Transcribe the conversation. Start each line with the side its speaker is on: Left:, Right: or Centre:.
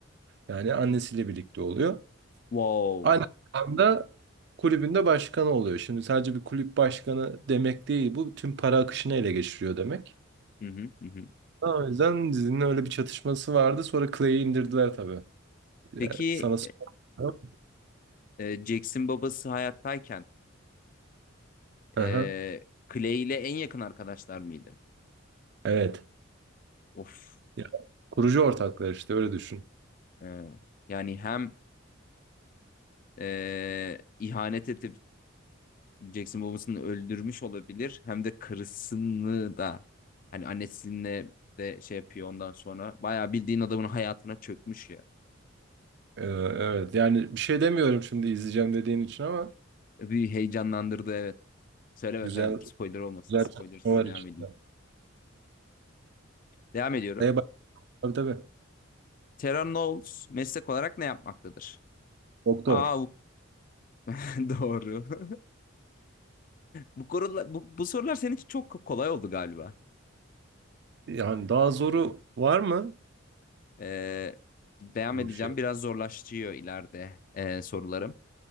Right: Yani annesiyle birlikte oluyor.
Left: Wow.
Right: Aynı anda kulübünde başkanı oluyor. Şimdi sadece bir kulüp başkanı demek değil bu. Tüm para akışını ele geçiriyor demek.
Left: Hı hı, hı hı.
Right: O yüzden dizinin öyle bir çatışması vardı. Sonra Clay'i indirdiler tabii. Yani
Left: Peki
Right: sana sorayım.
Left: e, Jackson babası hayattayken
Right: Aha,
Left: e, Clay ile en yakın arkadaşlar mıydı?
Right: evet.
Left: Of.
Right: Ya, kurucu ortaklar işte öyle düşün.
Left: E, yani hem e, ihanet edip Jackson babasını öldürmüş olabilir. Hem de karısını da hani annesinle de şey yapıyor ondan sonra. Bayağı bildiğin adamın hayatına çökmüş ya.
Right: Ee, evet yani bir şey demiyorum şimdi izleyeceğim dediğin için ama
Left: Bir heyecanlandırdı evet. Söyleme
Right: güzel
Left: söyleme dur spoiler olmasın.
Right: güzel
Left: Spoilersız
Right: çatışma var
Left: devam
Right: içinde.
Left: edeyim. Devam ediyorum.
Right: Neye bak, tabii tabii.
Left: Terran Knowles meslek olarak ne yapmaktadır?
Right: Doktor.
Left: Aa bu <laughs> doğru. <laughs> Bu, konular, bu, bu sorular senin için çok kolay oldu galiba.
Right: Yani daha zoru var mı?
Left: Ee, devam
Right: Bu
Left: edeceğim.
Right: şey.
Left: Biraz zorlaşıyor ileride e, sorularım.